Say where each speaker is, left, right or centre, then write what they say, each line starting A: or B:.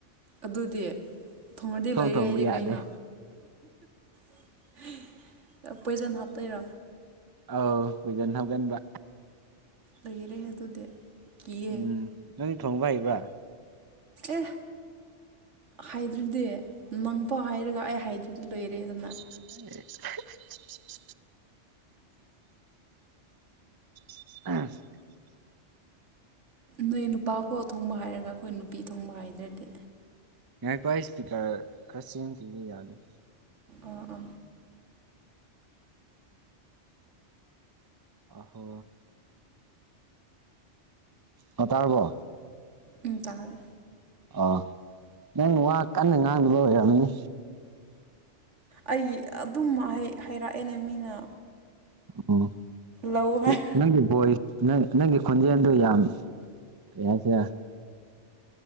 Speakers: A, on the right; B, on the right.
A: ꯑꯗꯨꯗꯤ ꯊꯣꯡꯉꯗꯤ ꯂꯣꯏꯔꯦ
B: ꯊꯣꯡꯕ
A: ꯑꯩꯗꯤ
B: ꯌꯥꯗꯦ
A: ꯀꯩꯅꯣ <inaudible> ꯄꯣꯏꯖꯟ ꯍꯥꯞꯇꯣꯏꯔꯣ
B: ꯑꯥꯎ ꯄꯣꯏꯖꯟ ꯍꯥꯞꯀꯟꯕ
A: ꯂꯩꯔꯦ ꯑꯗꯨꯗꯤ ꯀꯤꯌꯦ
B: ꯎꯝ ꯅꯪꯗꯤ ꯊꯣꯡꯕ ꯍꯩꯕ꯭ꯔ
A: ꯑꯦ ꯍꯥꯏꯗ꯭ꯔꯗꯤ ꯅꯪꯐꯥꯎ ꯍꯥꯏꯔꯒ ꯑꯩ ꯍꯥꯏꯗ꯭ꯔꯗꯤ ꯂꯣꯏꯔꯦꯗꯅ
B: <inaudible> <inaudible>
A: ꯅꯣꯏ ꯅꯨꯄꯥꯐꯥꯎ ꯊꯣꯡꯕ ꯍꯥꯏꯔꯒ ꯑꯩꯈꯣꯏ ꯅꯨꯄꯤ ꯊꯣꯡꯕ ꯍꯥꯏꯗ꯭ꯔꯗꯤ
B: ꯉꯥꯏꯈꯣ ꯁ꯭ꯄꯤꯀꯔ ꯈꯔ ꯁꯦꯝꯈꯤꯒꯦ ꯌꯥꯗ
A: ꯑ-ꯑ
B: ꯑꯍꯣ ꯍ ꯇꯥꯔꯕꯣ
A: ꯎꯝ ꯇꯥꯔꯦ
B: ꯑ ꯅꯪꯅ ꯋꯥ ꯀꯟꯅ ꯉꯥꯡꯅꯕ ꯑꯣꯏꯔꯝꯅꯤ
A: ꯑꯩ ꯑꯗꯨꯝ ꯍꯥꯏ ꯍꯥꯏꯔꯛꯑꯦꯅꯦ ꯃꯤꯅ
B: ꯑꯣ
A: ꯂꯧ
B: ꯄꯤ
A: ꯍꯥꯏ
B: ꯅꯪꯒꯤ ꯕꯣꯏ ꯅꯪ ꯅꯪꯒꯤ ꯈꯣꯟꯖꯦꯜꯗꯨ ꯌꯥꯝ ꯀꯩꯍꯥꯏꯁꯤꯔ